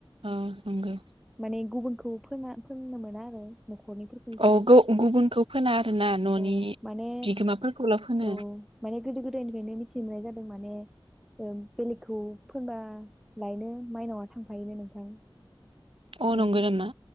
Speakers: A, on the right; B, in the centre.
A: अ नंगो
B: माने गुबुनखौ फोना फोननो मोना आरो नखरनिफोरखौसो
A: औ गौ गुबुनखौ फोना आरोना न'नि
B: औ माने
A: बिगोमाफोरखौल' फोनो
B: औ माने गोदो गोदायनिफ्रायनो मिथि मोननाय जादों माने ओ बेलेगखौ फोना <inaudible> लायनो माइनावा <inaudible> थांफायोनो नोंथां
A: अ
B: उम
A: नंगौ नामा